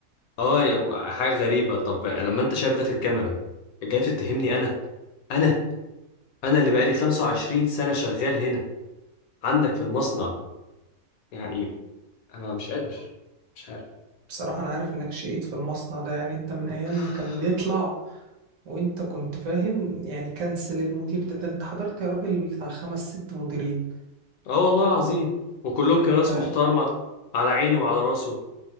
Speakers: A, on the left; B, on the right.
A: اه يعني حاجة غريبة طب لما انت شايف ده في الكاميرا جاي تتهمني انا انا انا اللي بقالي 25 سنة شغال هنا عندك في المصنع يعني انا مش قادر مش
B: بصراحة انا عارف انك شقيت في المصنع ده يعني انت من ايام
A: عارف
B: ما كان بيطلع وانت كنت فاهم يعني كنسل المدير ده ده انت حضرت يا راجل بتاع خمس ست مديرين
A: اه والله العظيم وكلهم
B: يعني
A: كانوا
B: انت
A: ناس محترمة على عيني وعلى راسه